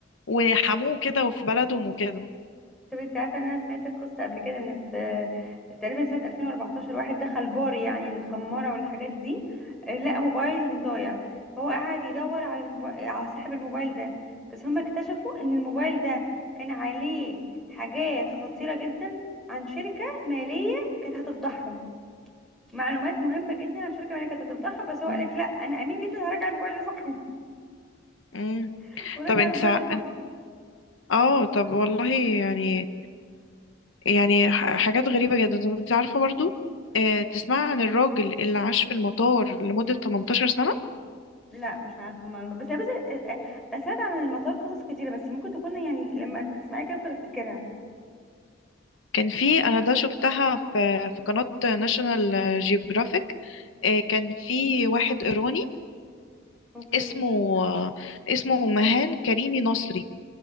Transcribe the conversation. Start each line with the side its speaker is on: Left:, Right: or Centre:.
Left: وحموه كده وفي بلدهم وكده
Centre: طب انت عارفه ان انا سمعت القصه قبل كده ان في تقريبا سنه 2014 واحد دخل بار يعني الخماره والحاجات دي آه، لقى موبايل ضايع فهو قعد يدور على المبو... على صاحب الموبايل ده بس هم اكتشفوا ان الموبايل ده كان عليه حاجات خطيره جدا عن شركه ماليه كانت هتفضحهم معلومات مهمه جدا عن شركه ماليه كانت هتفضحهم بس هو
Left: مم.
Centre: قالك لا انا امين جدا هراجع الموبايل لصاحبه
Left: مم.
Centre: <laughs> ورجع
Left: طب انت
Centre: الموبايل
Left: انت-
Centre: لصاحبه
Left: اه طب والله يعني يعني ح- حاجات غريبة جدا طب انت عارفة برضو اه تسمع عن الراجل اللي عاش في المطار لمدة 18 سنة
Centre: لا مش عارفه المعلومه بس بس آه، آه، انا سمعت عن المطار قصص كتيره بس ممكن تكون يعني لما تسمعي كده ممكن افتكرها
Left: كان في انا ده شفتها في في قناة ناشونال جيوغرافيك كان في واحد ايراني
Centre: اوكي
Left: اسمه آه، اسمه مهان كريمي نصري